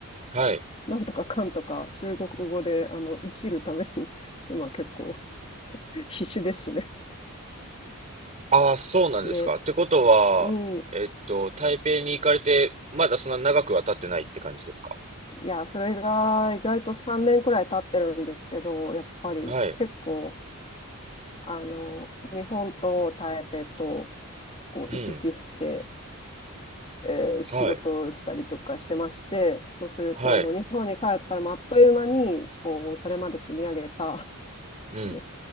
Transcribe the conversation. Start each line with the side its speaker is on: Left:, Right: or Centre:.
Right: はい。
Left: <laughs> なんとかかんとか中国語で、あの、生きるために、今結構必死ですね。
Right: あー、そうなんですか。
Left: で、
Right: ってことは、
Left: うん、
Right: えっと、台北に行かれて、まだそんな長くは経ってないって感じですか
Left: いや、それが意外と3年くらい経ってるんですけど、やっぱり結構、
Right: はい、
Left: あの、日本と台北とこう行き来して、
Right: うん、
Left: えー仕事をしたりとかしてまして、
Right: はい、
Left: そうするともう日本に帰ったらまああっという間に、
Right: はい、
Left: こう、それまで積み上げた、
Right: うん、
Left: あの